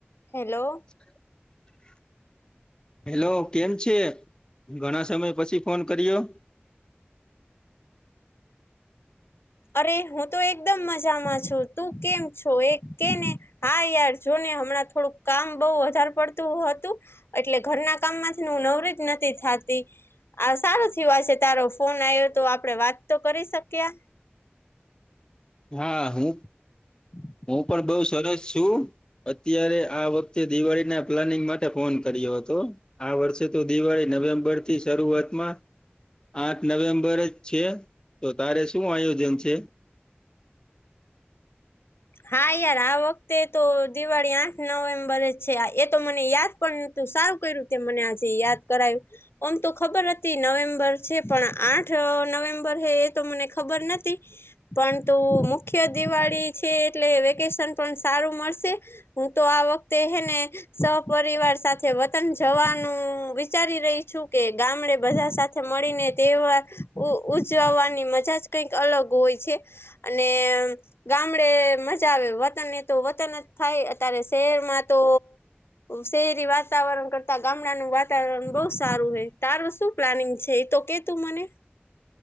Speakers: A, on the left; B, on the left.
A: Hello.
B: <unintelligible> Hello, કેમ છે? ઘણા સમય પછી ફોન કર્યો.
A: અરે હું તો એકદમ મજામાં છું. તું કેમ છો? એ કેને હા યાર જોને. હમણાં થોડુંક કામ બઉ વધાર પડતું હતું એટલે ઘરના કામમાંથી હું નવરી જ નતી થાતી. આ સારું થયું, આજે તારો ફોન આવ્યો તો આપડે વાત તો કરી શક્યા.
B: હા હું
A: <unintelligible>
B: હું પણ બઉુ સરસ છું. અત્યારે આ વખતે દિવાળી ના પ્લાનિંગ માટે ફોન કર્યો હતો. આ વર્ષે તો દિવાળી નવેમ્બર થી શરૂઆત માં આઠ નવેમ્બર જ છે. તો તારે શું આયોજન છે?
A: હા યાર આ વખતે તો દિવાળી આઠ નવેમ્બરે છે. એ તો મને યાદ પણ નતું સારું કઈરયુ મને આજે યાદ કરાયું આમ તો ખબર હતી નવેમ્બર છે. પણ આઠ નવેમ્બર હ એ તો મને ખબર નથી. પણં તુ મુખ્ય દિવાળી છે. એટલે વેકેશન પણ સારું મળશે. હું તો આ વખતે હે ને સપિવાર સાથે વતન જવાનું વિચારી રહી છું કે ગામડે બધા સાથે મળીને તહેવાર ઉ ઉજવાની મજા જ કઈક અલગ હોય. છે અને ગામડે મજા આવે વતનને તો વતન જ થાય અત્યારે શહેરમાં તો શહેરી વાતાવરણ કરતા ગામડાનું વાતાવરણ બહ સારું હોય. તારું શું? પ્લાનિંગ છે એ તો કે તું મને?